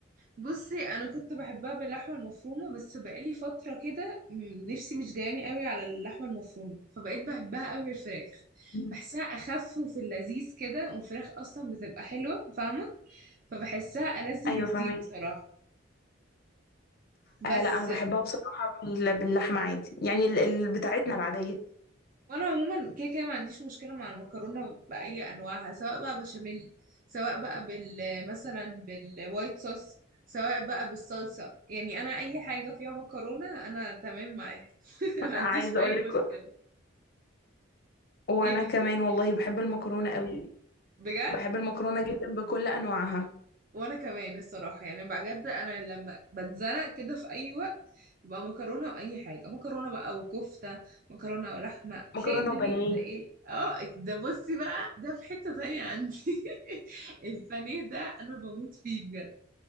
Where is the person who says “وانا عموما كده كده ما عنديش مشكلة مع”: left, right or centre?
Right